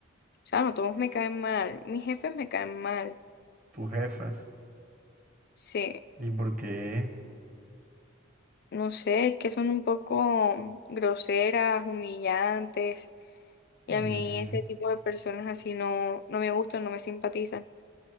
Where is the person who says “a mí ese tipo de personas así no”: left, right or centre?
Left